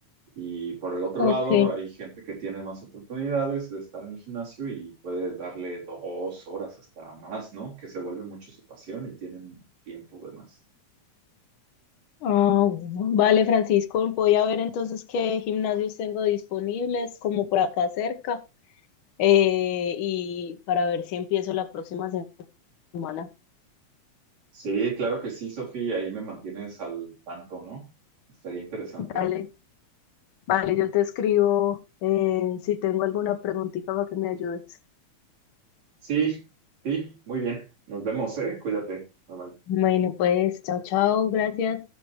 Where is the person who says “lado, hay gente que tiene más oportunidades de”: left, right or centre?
Right